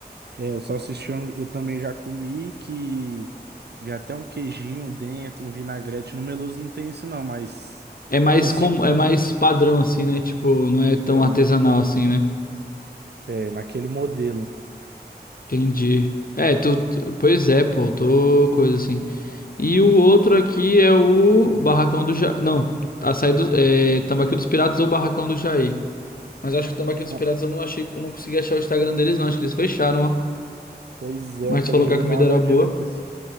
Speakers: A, on the right; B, on the left.
A: É, o salsichão eu também já comi, que vi até um queijinho dentro, um vinagrete. No Meloso não tem isso não, mas
B: É mais
A: salsichão
B: com, é mais
A: né?
B: padrão assim, né? Tipo, não é tão
A: é,
B: artesanal assim, né?
A: é naquele modelo.
B: Entendi. É, tu, tu- pois é, pô, tô coisa assim. E o outro aqui é o Barracão do Ja... Não, açaí do, é, Tambaqui dos Piratas ou Barracão do Jair. Mas eu acho que o Tambaqui dos
A: Mas,
B: Piratas eu não achei, eu não consegui achar o Instagram deles não, acho que eles fecharam, ó.
A: Pois é,
B: Mas
A: também
B: tu falou que
A: vou
B: a comida
A: dar uma olhadinha
B: era boa.
A: depois.